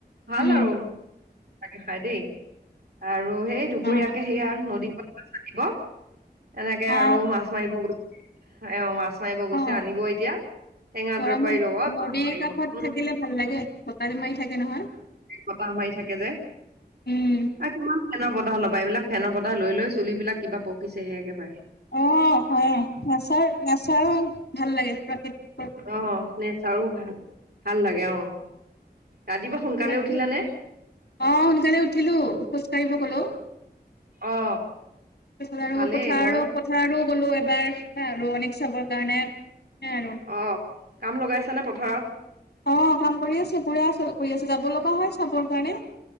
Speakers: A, on the right; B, on the left.
A: ভাল
B: উম
A: আৰু তাকে খাই দেই। আৰু সেই দুপৰীয়াকে
B: অ
A: সেইয়া নদীৰ পাৰত চাকিব এনেকে
B: অ
A: আৰু মাছ মাৰিব গৈ অ, মাছ মাৰিব গৈছে
B: অ
A: আনিব এতিয়া। টেঙা
B: গৰমত
A: তৰকাৰীৰ লগত বনাব
B: নদীৰ
A: লাগিব
B: কাষত
A: উম
B: থাকিলে ভাল লাগে বতাহতো মাৰি থাকে নহয়।
A: বতাহ মাৰি থাকে যে
B: উম,
A: আৰু কিমান ফেনৰ বতাহ লবা, এইবিলাক ফেনৰ বতাহ লৈ লৈ চুলিবিলাক কিবা পকিছেহে একেবাৰে।
B: অ', হয়ে নেচাৰ নেচাৰৰ ভাল লাগে প্ৰকৃতি
A: অ', নেচাৰো ভাল, ভাল লাগে অ, ৰাতিপুৱা সোনকালে
B: বাকী
A: উঠিলা নে?
B: অ', সোনকালে উঠিলো খোজ কঢ়িব গলো।
A: অ
B: তাৰপিছত আৰু
A: ভালেই
B: পথাৰ
A: ময়ো
B: পথাৰো গলো এবাৰ আৰু অনেক চাবৰ কাৰণে সেই আৰু।
A: অ', কাম লগাইছা নে পথাৰত?
B: অ', কাম কৰি আছে পুৰা কৰি আছে, যাব লগা হয় চাবৰ কাৰণে।